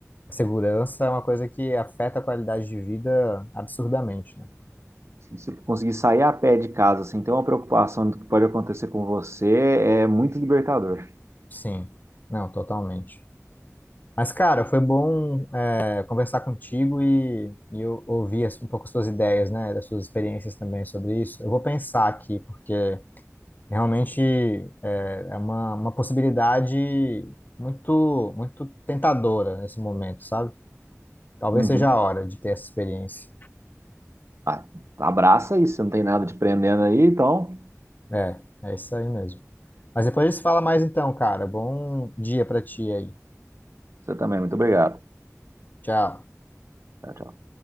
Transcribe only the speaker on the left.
A segurança é uma coisa que afeta a qualidade de vida absurdamente, né?
Sim, não, totalmente. Mas, cara, foi bom, é, conversar contigo e, e eu ouvir as- um pouco as suas ideias, né, das suas experiências também sobre isso. Eu vou pensar aqui, porque realmente é, é uma, uma possibilidade muito, muito tentadora nesse momento, sabe? Talvez
seja a hora de ter essa experiência.
É, é isso aí mesmo. Mas depois a gente se fala mais então, cara. Bom dia pra ti aí.
Tchau.